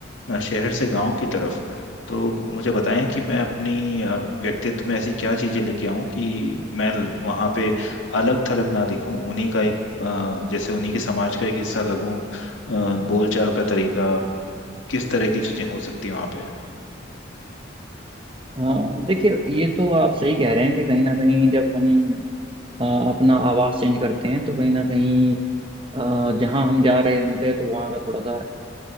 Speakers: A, on the left; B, on the right.
A: अ, शहर से गांव की तरफ तो मुझे बताएं कि मैं अपनी अ, व्यक्तित्व में ऐसी क्या चीजें लेके आऊं कि मैं ल- वहां पे अलग थलग ना दिखूं उन्हीं का एक अ, जैसे उन्हीं के समाज का एक हिस्सा लगूं अ, बोलचाल का तरीका किस तरह की चीजें हो सकती हैं वहां पे
B: हाँ देखिए ये तो आप सही कह रहे हैं कि कहीं ना कहीं जब हम अ, अपना आवाज़ चेंज करते हैं तो कहीं ना कहीं अ, जहाँ हम जा रहे होते हैं तो वहाँ का थोड़ा सा